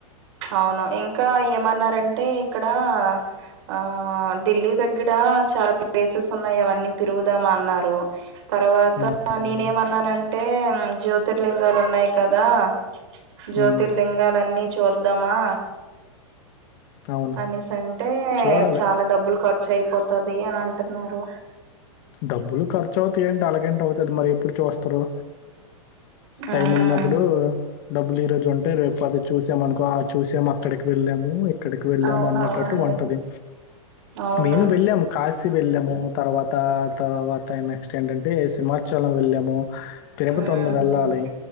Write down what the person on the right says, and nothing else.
అవును ఇంకా ఏమన్నారంటే ఇక్కడ ఆ ఢిల్లీ దగ్గర చాలా ప్లేసెస్ ఉన్నాయి అవన్నీ తిరుగుదామా అన్నారు తర్వాత
నేనేమన్నానంటే జ్యోతిర్లింగాలు ఉన్నాయి కదా జ్యోతిర్లింగాలన్నీ
చూద్దామా
అనేసి అంటే
చాలా డబ్బులు ఖర్చు అయిపోతది అని అంటున్నారు
హ్మ్.
అవునవునండి.
అవును.
హ్మ్.
హ్మ్.